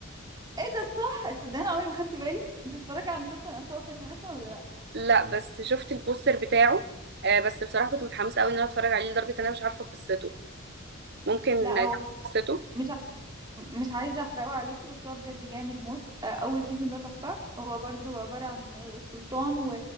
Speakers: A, on the right; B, on the right.
A: ايه ده صح تصدقني أنا عمري ما خدت بالي انت بتتفرجي على مسلسل أنت وطني أصلا ولا لأ؟
B: لا بس شفت البوستر بتاعه آه بس بصراحه كنت متحمسه قوي ان انا اتفرج عليه لدرجه ان انا مش عارفه قصته ممكن
A: لأ
B: تعرفي
A: هو
B: قصته
A: مش م- مش عايزة احرقه عليكي بس هو بجد جامد موت آه، اول سيزون ده تحفة هو برضو عبارة عن السلطان و...